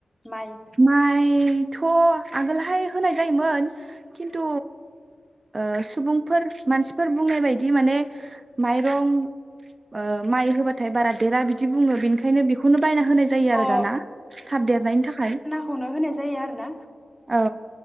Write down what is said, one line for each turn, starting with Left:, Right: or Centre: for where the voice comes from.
Centre: माइ
Right: माइथ' आगोलहाय होनाय जायोमोन खिन्थु ओ सुबुंफोर मानसिफोर बुंनाय बायदि माने माइरं ओ माइ होबाथाय बारा देरा बिदि बुङो बेनिखायनो बेखौनो बायना हो होनाय जायो
Centre: अ
Right: आरो दाना थाब देरनायनि थाखाय।
Centre: खौनो होनाय जायो आरो ना
Right: औ